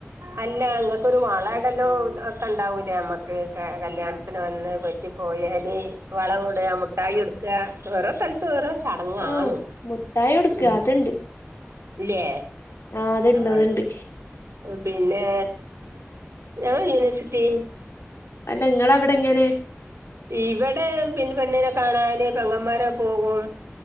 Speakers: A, on the right (about 75°); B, on the left (about 70°).
A: അല്ല ങ്ങക്കൊരു വള
B: അപ്പൊ
A: ഇടലോ ഒക്കെ ഉണ്ടാവൂലേ നമ്മക്ക് കല്യാണത്തിന് വന്ന് പറ്റി പോയാല് വള ഇടുക മുട്ടായി കൊടുക്കുക ഓരോ സ്ഥലത്തും ഓരോ ചടങ്ങാണ്.
B: ആഹ് മുട്ടായി കൊടുക്ക
A: ഉം
B: അതുണ്ട്.
A: ഇല്ലേ.
B: ആഹ. അത്ണ്ട്,
A: ആഹ്
B: അത്ണ്ട്.
A: പിന്നെ, ഞങ്ങളെ യൂണിവേഴ്സിറ്റി-
B: അല്ല. ങ്ങളവ്ടെ എങ്ങനെ?
A: ഇവടെ പിന്ന പെണ്ണിനെ കാണാന് പെങ്ങന്മാരൊക്കെ പോകും.